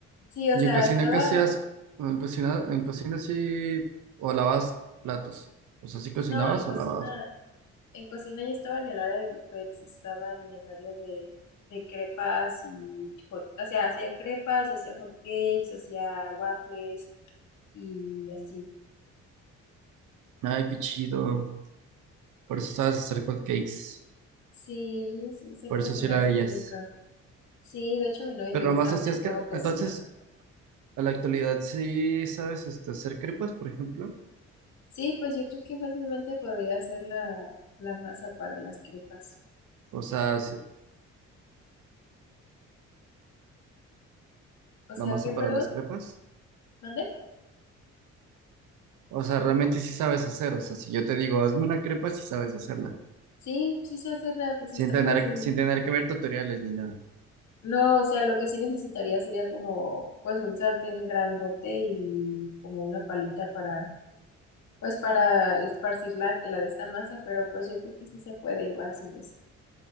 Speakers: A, on the left; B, on the right.
A: sí, o
B: ¿Y
A: sea,
B: en cocina
A: estaba,
B: qué hacías? ¿O En cocina, en cocina sí, o lavas platos. O sea, sí cocinabas
A: no, en cocina.
B: o lavabas.
A: En cocina yo estaba en el área de buffets, estaba en el área de, de crepas y hot, o sea, hacía crepas, hacía hot cakes, hacía waffles y así.
B: Ay, qué chido. Por eso sabes hacer hot cakes.
A: Sí, sí, sé
B: Por
A: cocinar
B: eso sí era
A: muy
B: ellas.
A: rica. Sí, de hecho a mi novio
B: Pero
A: le gusta
B: nomás hacías
A: mucho cómo
B: que.
A: cocino.
B: Entonces, A la actualidad, sí, ¿sabes este, hacer crepas, por ejemplo?
A: Sí, pues yo creo que fácilmente podría hacer la, la masa para las crepas.
B: O sea, si-
A: O sea,
B: la masa
A: ¿qué, perdón?
B: para las crepas.
A: ¿Mandé?
B: O sea, realmente sí sabes hacer. O sea, si yo te digo, hazme una crepa, sí sabes hacerla.
A: Sí, sí sé hacerla, pues
B: Sin
A: está
B: tener,
A: fácil.
B: sin tener que ver tutoriales ni nada.
A: No, o sea, lo que sí necesitaría sería como, pues, un sartén grandote y como una palita para, pues, para esparcir la, la de esta masa, pero pues yo creo que sí se puede igual sin eso.